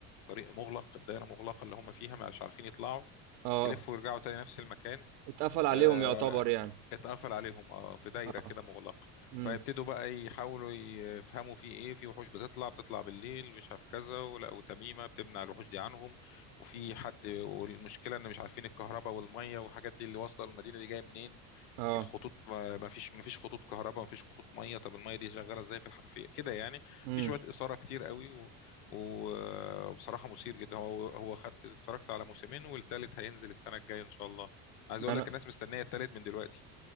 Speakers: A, on the left (about 75°); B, on the right (about 75°).
A: طريق مغلق الدائرة مغلقة اللي هم فيها مش عارفين يطلعوا
B: اه
A: يلفوا ويرجعوا تاني نفس المكان
B: اتقفل عليهم
A: آه،
B: يعتبر يعني
A: اتقفل عليهم اه في دايرة
B: اه
A: كده مغلقة
B: امم
A: فيبتدوا بقى يحاولوا يفهموا في ايه في وحوش بتطلع بتطلع بالليل مش عارف كذا ولقوا تميمة بتمنع الوحوش دي عنهم وفي حد والمشكلة ان مش عارفين الكهرباء والمية والحاجات دي اللي واصلة المدينة دي جاية منين
B: اه
A: الخطوط ما ما فيش ما فيش خطوط كهرباء ما فيش خطوط ميه طب الميه دي شغاله ازاي في الحنفيه كده يعني
B: امم
A: في شويه اثاره كتير قوي و- و- وبصراحه مثير جدا هو هو خدت اتفرجت على موسمين والتالت هينزل السنه الجايه ان شاء الله عايز اقول
B: يعني
A: لك الناس مستنيه التالت من دلوقتي